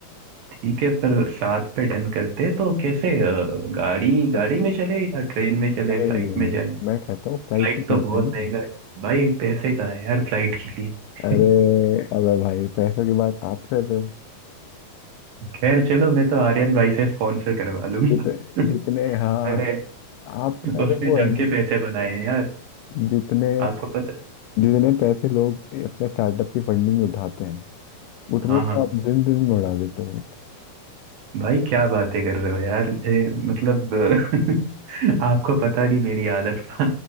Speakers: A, on the right (about 70°); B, on the left (about 85°).
A: ठीक है फिर सात पे डन करते हैं तो कैसे अ, गाड़ी
B: फिर
A: गाड़ी में चले या ट्रेन में चले
B: नहीं
A: फ्लाइट
B: नहीं
A: में
B: नहीं
A: जाए
B: मैं कहता हूँ फ्लाइट
A: फ्लाइट
B: से चलते
A: तो बहुत
B: हैं ना
A: महंगा है भाई पैसे कहाँ है यार फ्लाइट के लिए
B: अरे
A: <laughs>
B: अबे भाई पैसों की बात आप कर रहे हो
A: खैर चलो मैं तो आर्यन भाई से स्पॉन्सर करवा लूंगा
B: जितने
A: <laughs>
B: जितने हाँ
A: अरे
B: आप अरे
A: उसने
B: वो
A: जम
B: है ना
A: के
B: कि
A: पैसे बनाए हैं यार
B: जितने
A: आपको पता
B: जितने पैसे लोग अपने स्टार्टअप की फंडिंग में उठाते हैं उतने
A: हाँ
B: तो
A: हाँ
B: आप दिन दिन में उड़ा देते हो एक
A: भाई क्या बातें कर रहे हो यार ए, मतलब <laughs> आपको पता नहीं मेरी हालत का